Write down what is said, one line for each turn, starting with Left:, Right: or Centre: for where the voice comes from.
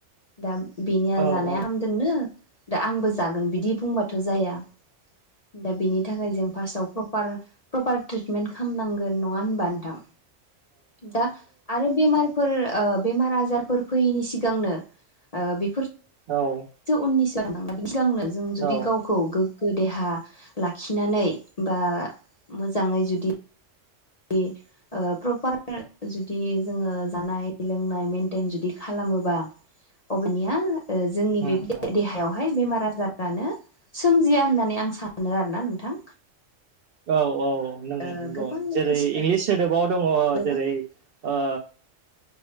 Left: दा बिनिया
Right: औ
Left: जानाय
Right: औ
Left: जोंनो दा आंबो जागोन बिदि बुंबाथ' जाया। दा बेनि थाखाय जों फार्स्टआव प्र प्रार प्रपार ट्रिटमेट खालामनांगोन नङा होनबा नोंथां दा आरो बेमारफोर ओ बेमार - आजारफोर फैयैनि सिगांनो ओ बेफोर
Right: औ।
Left: उननि <unintelligible> सिगांनो जों जुदि
Right: औ
Left: गाव गोगो देहा लाखिनानै बा मोजाङै जुदि बे ओ प्रपार जुदि जोङो जानाय लोंनाय मेेनटेन जुदि खालामोबा अबेनिया ओ जोंनि
Right: उम
Left: बे
Right: उम
Left: देहायावहाय बेमार आजार <unintelligible> सोमजिया होननानै आं सानो आरोना नोंथां।
Right: औ औ नों नंगौ
Left: ओ गोबां
Right: जेरै
Left: मानसिफ्रानो
Right: इंलिस सोदोबाव दङ
Left: गोबां
Right: जेरै ओ